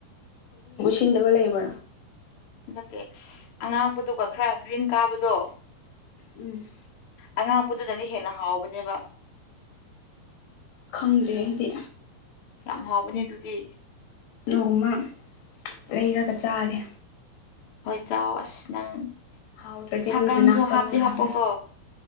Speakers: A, on the left; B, on the left.
A: ꯆꯤꯟꯗꯕ ꯂ ꯂꯩꯕꯣ
B: ꯅꯠꯇꯦ ꯑꯉꯥꯡꯕꯗꯨꯒ ꯈꯔ ꯒ꯭ꯔꯤꯟ ꯀꯥꯕꯗꯣ
A: ꯎꯝ
B: ꯑꯉꯥꯡꯕꯨꯗꯨꯅꯅꯦ ꯍꯦꯟꯅ ꯍꯥꯎꯕꯅꯦꯕ
A: ꯈꯪꯗꯦ ꯑꯩꯗꯤ
B: ꯌꯥꯝ ꯍꯥꯎꯕꯅꯤ ꯑꯗꯨꯗꯤ
A: ꯅꯣꯡꯃ ꯂꯩꯔꯒ ꯆꯥꯒꯦ
B: ꯍꯣꯏ ꯆꯥꯎ ꯑꯁ ꯅꯪ
A: ꯍꯥꯎꯇꯔ꯭ꯗꯤ
B: ꯁꯛꯀꯪꯁꯨ
A: ꯅꯪꯒꯤ ꯅꯥꯛꯇ
B: ꯍꯥꯞꯇꯤ
A: ꯑꯃꯨꯛ ꯂꯥꯛꯀꯅꯤ
B: ꯍꯥꯞꯄꯣꯀꯣ